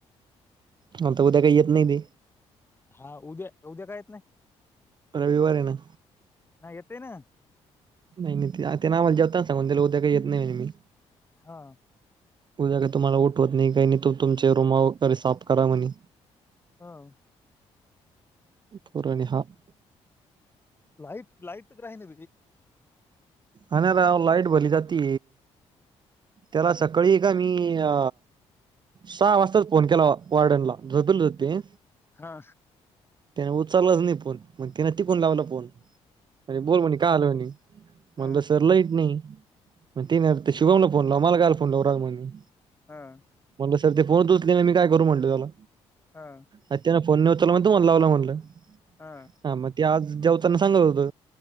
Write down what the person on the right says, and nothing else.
नंतर उद्या काही येत नाही बे
रविवार आहे ना
नाही नाही ते नावाला जेवताना सांगून त्याला उद्या काही येत नाही मी
उद्या काही तुम्हाला उठवत नाही काही नाही त तुमचे रूम वगैरे साफ करा म्हणे
पूर्ण साफ
आणि राव लाइट भली जाती त्याला सकाळी का मी अ सहा वाजताच फोन केला. वॉर्डन ला, झोपल हो ते.
त्याने उचललंच नाही फोन. मग त्यािने टिकून लावला फोन. म्हण बोल, म्हणे काय आल म्हणे. म्हणलं
सर लाईट नाही म, ते नाही शिभमला फोन लाव. मला कायला फोन लाव रा म्हनी.
म्हटलं, सर ते फोतचोचले नाही मी काय करू म्हटले त्याला.
अ त्याना फोन न उचरला. म्हणत म लावलं म्हणलं.
ह मग? ते आज <inaudible> दवताना सांगत होत.